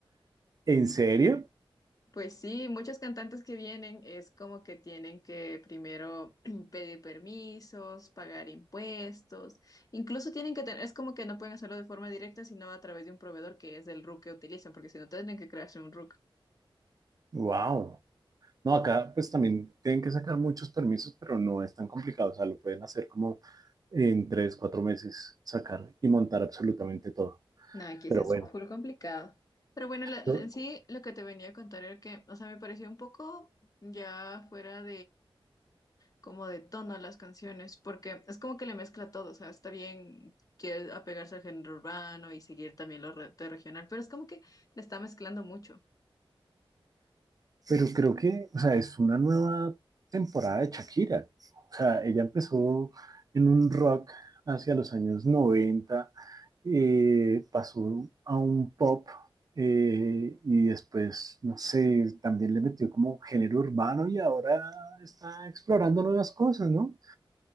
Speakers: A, on the right; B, on the left.
A: ¿En serio?
B: Pues sí, muchos cantantes que vienen es como que tienen que primero <clears throat> pedir permisos, pagar impuestos, incluso tienen que tener, es como que no pueden hacerlo de forma directa, sino a través de un proveedor que es el RUC que utilizan, porque si no tienen que crearse un RUC.
A: Wow. No, acá pues también tienen que sacar muchos permisos, pero no es tan complicado. O sea, lo pueden hacer como en tres, cuatro meses, sacar y montar absolutamente todo.
B: No, aquí
A: Pero
B: sí es
A: bueno,
B: full complicado. Pero bueno, la- la-
A: yo-
B: en sí lo que te venía a contar era que, o sea, me pareció un poco ya fuera como de tono a las canciones, porque es como que le mezcla todo, o sea, está bien que apegarse al género urbano y seguir también lo re- de regional, pero es como que le está mezclando mucho.
A: pero creo que, o sea, es una nueva temporada de Shakira. O sea, ella empezó en un rock hacia los años 90, eh, pasó a un pop eh, y después, no sé, también le metió como género urbano y ahora está explorando nuevas cosas, ¿no?